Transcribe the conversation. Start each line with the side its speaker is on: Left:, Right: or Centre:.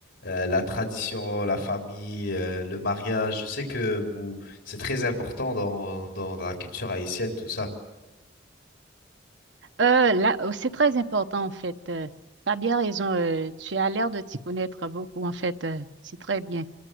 Left: euh, la tradition, la famille, euh, le mariage? Je sais que vous, c'est très important dans, dans, dans la culture haïtienne, tout ça.
Right: Euh, là, euh, c'est très important, en fait. Euh, tu bien raison. euh, tu as l'air de t'y connaître beaucoup, en fait. euh, c'est très bien.